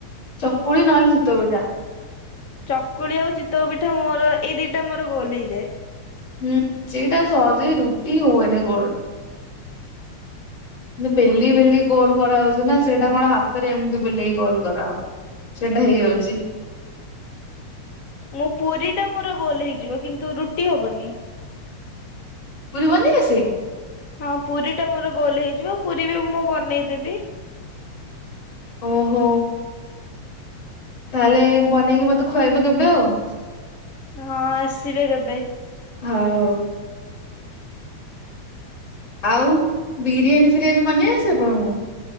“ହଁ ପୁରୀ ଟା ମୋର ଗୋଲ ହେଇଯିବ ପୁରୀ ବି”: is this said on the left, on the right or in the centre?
Left